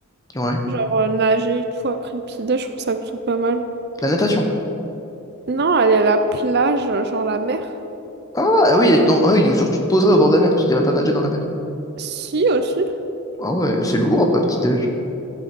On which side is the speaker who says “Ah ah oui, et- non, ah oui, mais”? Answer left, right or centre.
Left